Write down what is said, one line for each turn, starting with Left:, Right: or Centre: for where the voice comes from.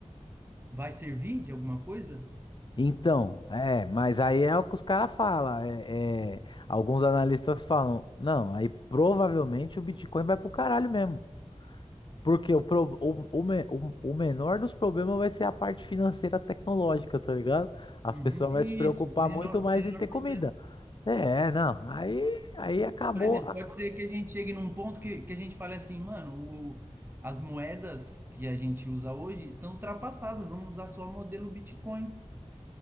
Right: vai servir de alguma coisa?
Left: Então, é, mas aí é o que os caras falam. É, é, alguns analistas falam, não, aí provavelmente o Bitcoin vai pro caralho mesmo. Porque o, pro- o, o, me- o- o menor dos problemas vai ser a parte financeira tecnológica, tá ligado? As
Right: Uhum,
Left: pessoas
Right: Isso,
Left: vão se preocupar
Right: o menor,
Left: muito mais
Right: o menor
Left: em ter
Right: problema.
Left: comida. É, não. Aí, aí acabou.
Right: Por exemplo,
Left: a-
Right: pode ser que a gente chegue num ponto que, que a gente fale assim, mano, o- as moedas que a gente usa hoje estão ultrapassadas, vamos usar só o modelo Bitcoin.